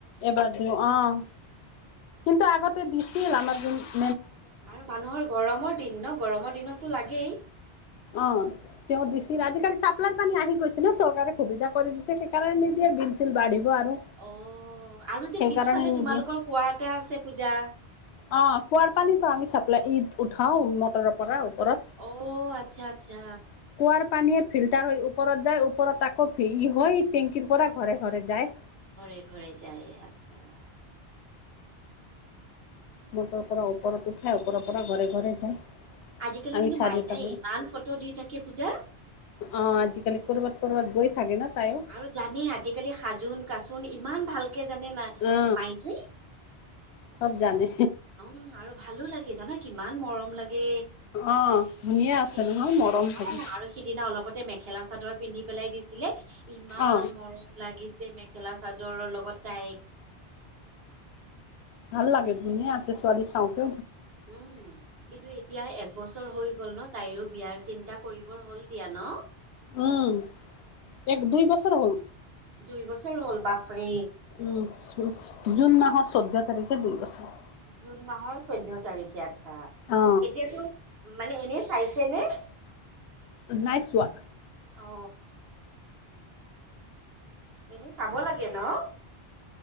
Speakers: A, on the left (about 80°); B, on the right (about 65°).
A: এবাৰ দিওঁ অঁ কিন্তু আগতে দিছিলে আমাক যে।
B: আৰু মানুহৰ গৰমৰ দিন ন' গৰমৰ দিনতো লাগেই।
A: অঁ তেওঁ দিছিল আজি কালি- চাপ্লাইৰ পানী আহি গৈছে ন' চৰকাৰে সুবিধা কৰি দিছে সেইকাৰণে নিদিয়ে বিল-চিল বাঢ়িব। আৰু।
B: অ আৰু যে
A: সেইকাৰণে
B: পিছফালে
A: নিদিয়ে
B: তোমালোকৰ কুৱাঁ এটা আছে পূজা।
A: অঁ কুঁৱাৰ পানী পৰা আমি চাপ্লাই ইদ উঠাওঁ। উন্নতৰ- পৰা
B: অ
A: ওপৰত
B: অ আচ্ছা আচ্ছা
A: কুৱাঁৰ পানীয়ে- ফিল্টাৰ হৈ ওপৰত যায় ওপৰত আকৌ হৈ টেংকিৰ পৰা ঘৰে ঘৰে যায়।
B: ঘৰে ঘৰে যায় আচ্ছা।
A: মটৰৰ পৰা ওপৰত উঠাই ওপৰৰ
B: উম
A: পৰা
B: উম।
A: ঘৰে ঘৰে যায়।
B: আজিকালি
A: আমি
B: কিন্তু
A: চাৰিওটা
B: মাইনাই ইমান ফটো দি থাকে পূজা।
A: অঁ আজিকালি কৰ'বাত কৰ'বাত গৈ থাকে। ন তাইও
B: আৰু জানেই আজিকালি সাজোন, কাচোন ইমান ভাল- কে জানে নাই
A: অ
B: মাইনাই।
A: চব জানে
B: উম' আৰু ভালো লাগে জানা কিমান মৰম লাগে।
A: অ ধুনীয়া আছে
B: অ
A: নহয় মৰম থাকে
B: আৰু সিদিনা অলপতে মেখেলা চাদৰ পিন্ধি পেলাই দিছি- লে ইমান
A: অ
B: মৰম লাগিছে মেখেলা চাদৰৰ লগত তাইক।
A: ভাল লাগে ধুনীয়া আছে ছোৱালী চাওঁতে।
B: উম' কিন্তু এতিয়া- এবছৰ হৈ গ'ল ন' তাইৰো বিয়াৰ চিন্তা কৰিবৰ হ'ল দিয়া ন'।
A: উম' এক, দুই বছৰ হ'ল।
B: দুই বছৰ হ'ল বাপৰে
A: উম' জুন মাহত- চৈধ্য তাৰিখে দুই বছৰ।
B: জুন মাহৰ চৈধ্য তাৰিখে আচ্ছা।
A: অ
B: এতিয়াতো- মানে এনেই চাইছে নে?
A: নাই চোৱা।
B: অ এনেই চাব লাগে ন'?